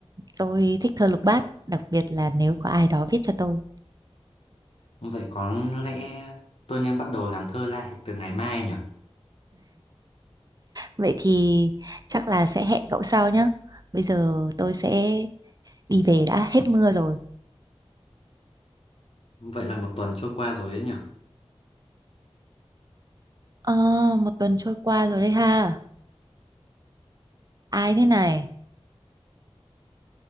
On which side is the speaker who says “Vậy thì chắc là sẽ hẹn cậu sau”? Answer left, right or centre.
Right